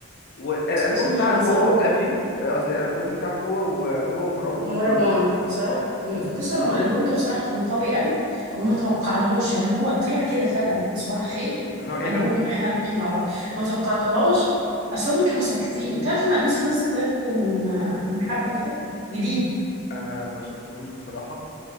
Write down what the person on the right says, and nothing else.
اسمه
خنزقور
ومروان
صح؟
مم. بص
هو الم- الالبوم ده بصراحة كان قوي قوي
وما
توقعناهوش يعني هو طلع كده فجأة اللي هو صباح الخير
ألبوم
احنا الاثنين مع بعض ما توقعتهاش اصلا هم كانوا ساكتين تعرف ان ابيوسف نزل تراك من من حبة كده جديد